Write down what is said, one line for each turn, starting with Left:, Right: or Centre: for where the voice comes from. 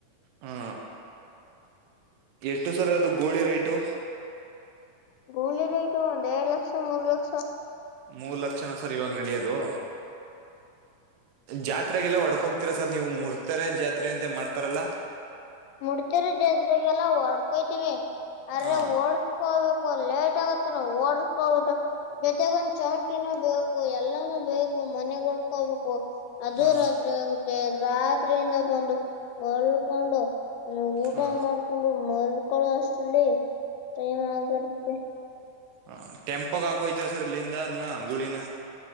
Right: ಹಾ ಎಷ್ಟು ಸರ್ ಅದು ಗೋಳಿ ರೈಟು
Left: ಗೂಳಿ ರೇಟು ಒಂದ್ ಎರಡ್ ಲಕ್ಷ ಮೂರ್ ಲಕ್ಷ
Right: ಮೂರ್ ಲಕ್ಷನ ಸರ್ ಇವಾಗ ನಡೆಯೋದು ಜಾತ್ರೆಗೆಲ್ಲ ಹೊಡ್ಕೋಗ್ತೀರಾ ಸರ್ ನೀವು ಮುರ್ತರ ಜಾತ್ರೆ ಅಂತ ಮಾಡ್ತಾರಲ್ಲಾ
Left: ಮುಡ್ತಿರ ಜಜ್ರಗೆಲ್ಲ ಹೊಡ್ಕೋಯತಿವಿ ಅ್ರ
Right: ಹಾ
Left: ಓಡ್ ಹೋಗ್ಬೇಕು ಲೇಟ್ ಆಗತ್ತಾರ ಓಡಸ್ ಹೋಗುದು ಜೊತೆಗ ಒಂದ್ ಚೌಂಟಿನೂ ಬೇಕು ಎಲ್ಲಾನೂ ಬೇಕು ಮನೆಗಳ್ಕೋಬೇಕು ಅದು
Right: ಹಾ
Left: ರಾತ್ರಿ ಆಗುತ್ತೆ ರಾತ್ರಿಯಿಂದ ಬಂದು ಮಲ್ಕೊಂಡು ನೀ ಊಟ
Right: ಹಾ
Left: ಮಾಡ್ಕೊಂಡು ಮಲ್ಕಳೋ ಅಷ್ಟಲ್ಲಿ ಟೈಮ್ ಆಗರುತ್ತೆ
Right: ಹ ಟೆಂಪಗೆ ಹಾಕೋತರ ಸರ್ ಇಲ್ಲಿಂದ ಅದ್ನ ಗೂಳಿನ.